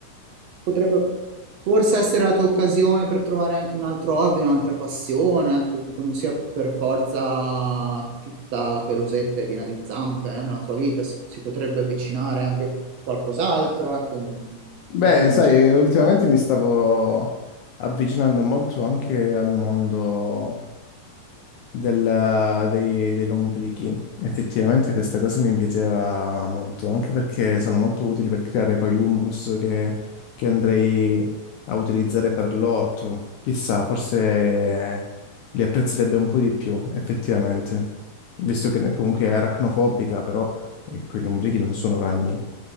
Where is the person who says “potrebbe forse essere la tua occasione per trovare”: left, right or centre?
Right